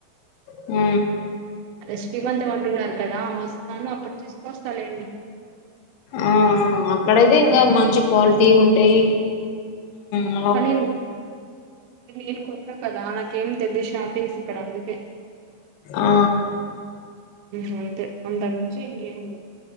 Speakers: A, on the left; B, on the right.
A: ఆ
B: రేస్టీమంతమంటున్నారు కదా వస్తాను అప్పుడు తీసుకొస్తా లెండి
A: ఆఆ అక్కడయితే ఇంగా మంచి క్వాల్టీ ఉంటయి ఆ
B: <unintelligible> నేన్ కొత్త కదా నాకేం తెలీద్ షాపింగ్స్ ఇక్కడ అందుకే
A: ఆ
B: ఉ అంతే అంత మించి ఇంకేం లేదు